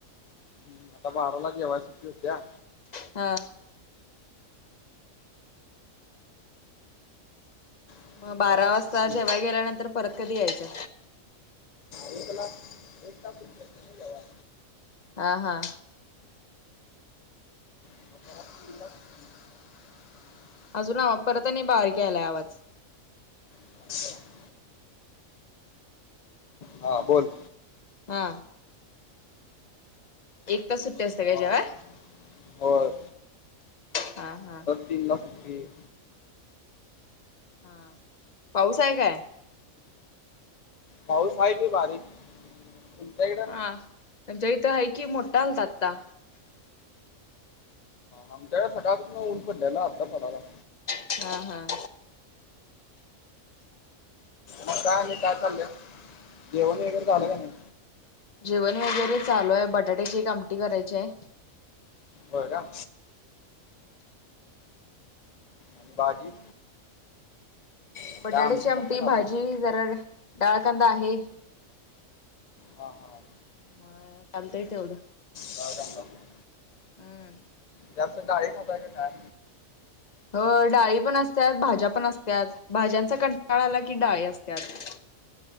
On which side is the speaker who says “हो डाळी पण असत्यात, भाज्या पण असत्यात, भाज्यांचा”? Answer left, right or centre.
Left